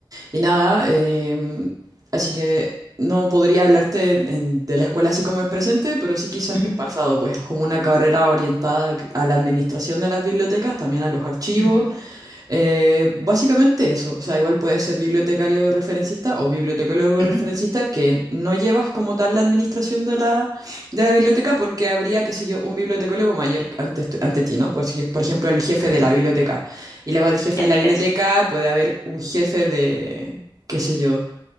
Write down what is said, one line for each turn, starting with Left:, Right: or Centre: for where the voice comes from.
Right: Y nada, eh, así que no podría hablarte en- de la escuela así como en presente, pero sí quizás
Left: Ujú,
Right: en pasado, pues es como una carrera orientada a la administración de las bibliotecas, también a los archivos,
Left: ujú,
Right: eh, básicamente eso, o sea, igual puedes ser bibliotecario referencista o bibliotecólogo
Left: ujú.
Right: referencista que no llevas como tal la administración de la, de la biblioteca porque habría, qué sé yo, un bibliotecólogo mayor ante, tu- ante ti, ¿no? Por, si- por ejemplo, el jefe
Left: Ah,
Right: de la biblioteca. Y luego del jefe
Left: ya
Right: de
Left: te
Right: la biblioteca
Left: cacho,
Right: puede haber un jefe de, qué sé yo,